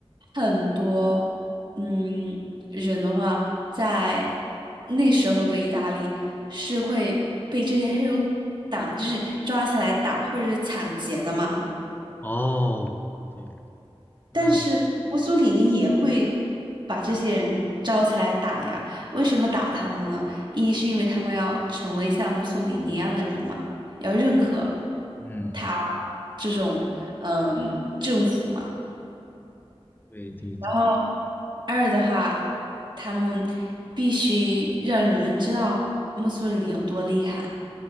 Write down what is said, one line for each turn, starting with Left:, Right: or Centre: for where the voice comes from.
Right: 很多嗯人的话，在那时候的意大利是会被这些黑手党就是抓起来打或者是抢劫的嘛。
Left: 哦，对，那
Right: 但是墨索里尼也会把这些人招起来打呀。为什么打他们呢？一是因为他们要成为像墨索里尼一样的人嘛，要认可
Left: 嗯，
Right: 他这种嗯政府嘛。
Left: 对对对，
Right: 然后二的话，他们必须让人们知道墨索里尼有多厉害，